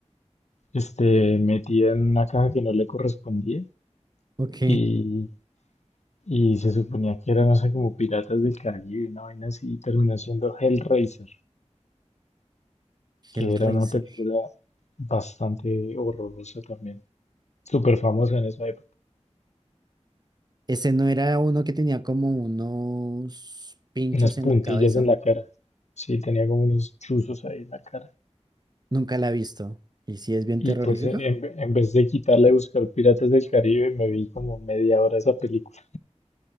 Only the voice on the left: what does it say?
este, metida en una caja que no le correspondía
y, y se suponía que era, no sé, como Piratas del Caribe, una vaina así, y terminó siendo Hellraiser, que
era una película bastante horrorosa también, súper famosa en esa época.
unas puntillas
en la cara. Sí, tenía como unos chuzos ahí en la cara.
Y
pues en, en- en vez de quitarla y buscar Piratas del Caribe, me vi como media hora esa película.